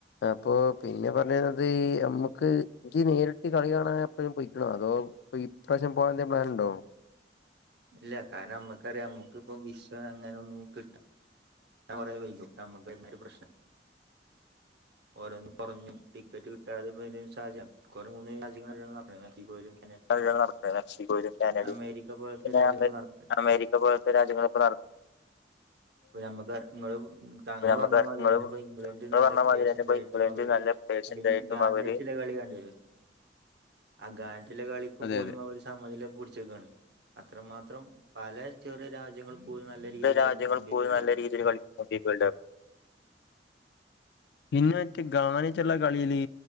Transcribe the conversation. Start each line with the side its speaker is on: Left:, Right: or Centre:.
Left: അപ്പൊ പിന്നെ പറഞ്ഞിരുന്നത് നമ്മക്ക് എനിക്ക് നി നേരിട്ട് കളി കാണാൻ എപ്പോഴും പൊയ്ക്കണോ അതോ ഇ ഇപ്രാവശ്യം പോവാനെന്തേലും പ്ലാൻ ഉണ്ടോ
Right: ഇല്ല കാരണം നമ്മക്കറിയാം നമ്മുക്കിപ്പ വിസ അങ്ങനെ ഒന്നും കിട്ട ഞാൻ കുറെേ വൈകും നമ്മക്ക് ഇന്നൊരു പ്രശ്നം ഓരോന്നും പറഞ്ഞും ടിക്കറ്റ് കിട്ടാതെ <unintelligible> മൂന്ന് രാജ്യങ്ങള പോലും മെക്സിക്കോ യിലും
Left: കൾ നടക്ക മെക്സിക്കോലും കാനഡയും
Right: അമേരിക്ക പോലത്തെ
Left: പിന്നെ
Right: രാജ്യങ്ങൾ നടക്കുന്നത്
Left: അമേരിക്ക പോലത്തെ രാജ്യങ്ങളൊക്കെ നടക്ക
Right: ഇപ്പ നമ്മുക്ക് ഇങ്ങൾ താങ്കൾ
Left: നമുക്ക്
Right: പറഞ്ഞ മാതിരി
Left: നിങ്ങള്
Right: തന്നെ
Left: നിങ്ങള്
Right: ഇപ്പ ഇംഗ്ലണ്ട് നല്ല
Left: പറഞ്ഞ
Right: പ്ലേഴസിന്റെ
Left: മാതിരി തന്നെ ഇപ്പോ
Right: ആയിട്ടും
Left: ഇംഗ്ലണ്ട്
Right: അവര്
Left: നല്ല പ്ലേയേഴ്സ് ഉണ്ടായിട്ടും
Right: കഴിഞ്ഞ ഗാനേറ്റില
Left: അവര്
Right: കളി കണ്ടരുന്നു അഗാണ്ടിലെ കളക്ക്
Left: അതെ
Right: പോലും
Left: അതെ
Right: അവര് സമനില പിടിച്ചെക്കയാണ് അത്രമാത്രം പല ചെറിയ രാജ്യങ്ങളും ഓല് നല്ല രീതിയിൽ
Left: രാജ്യങ്ങൾ
Right: കളിക്കുന്നുണ്ട്
Left: പോലും
Right: വേൾഡ്
Left: നല്ല
Right: കപ്പ്
Left: രീതിയിൽ കളിക്കുന്നുണ്ട് ഈ വേൾഡ് കപ്പ് പിന്നെ മറ്റെ ഗാനിച്ചുള്ള കളിയില്